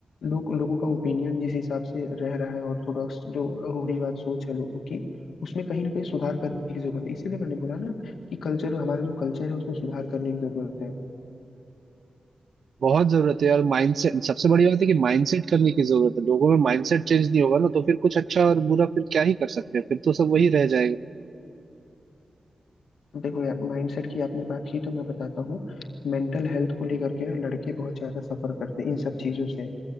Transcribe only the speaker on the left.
लोग लोगों का ओपिनियन जिस हिसाब से रह रहा है ऑर्थोडॉक्स जो रूढ़िवाद सोच है लोगों की उसमें कहीं ना कहीं सुधार करने की जरूरत है इसीलिए मैंने बोला ना कि कल्चर हमारा जो कल्चर है उसमें सुधार करने की जरूरत है
देखो यार माइंडसेट की आपने बात की तो मैं बताता हूँ मेंटल हेल्थ को लेकर के ना लड़के बहुत ज्यादा सफर करते हैं इन सब चीजों से